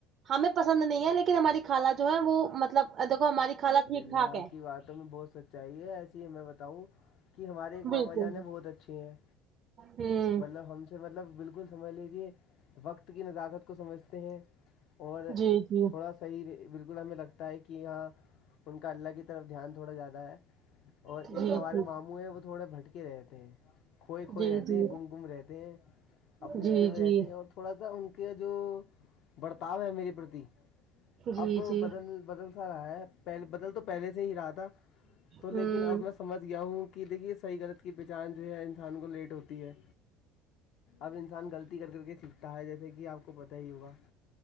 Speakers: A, on the right; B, on the left.
A: ہمیں پسند نہیں ہے لیکن ہماری خالہ جو ہے وہ مطلب دیکھو ہماری خالہ ٹھیک
B: اللہ
A: ٹھاک
B: آپ
A: ہے
B: کی بات تو ہمیں بہت سچ چاہیے ایسے ہی میں بتاؤں کہ ہمارے ایک ماما
A: بالکل
B: جان ہیں بہت اچھے ہیں
A: ہوں
B: مطلب ہم سے مطلب بالکل سمجھلیجے وقت کی نزاکت کو سمجھتے ہیں اور
A: جی جی
B: تھوڑا سا ہی بالکل ہمیں لگتا ہے کہ کی یا ان کا اللہ کی طرف دھیان تھوڑا زیادہ ہے اور
A: جی
B: ایک ہمارے
A: جی
B: مامو ہے وہ تھوڑے بھٹکے رہتے ہیں کھوئے کھوئے
A: جی
B: رہتے
A: جی
B: ہیں گم گم رہتے ہیں اپنی
A: جی
B: جیزوں میں
A: جی
B: رہتے ہیں اور تھوڑا سا ان کے جو برتاؤ ہے میری پردی
A: جی
B: اب
A: جی
B: بدل بدل سا رہا ہے پہل بدل تو پہلے سے ہی رہا تھا تو
A: ہوں
B: لیکن اب میں سمجھ گیا ہوں کہ دیکھیے صحیح غلط کی پہچان جو ہے انسان کو لیٹ ہوتی ہے اب انسان غلطی کر کر کے سیکھتا ہے جیسے کہ اپ کو پتا ہی ہوگا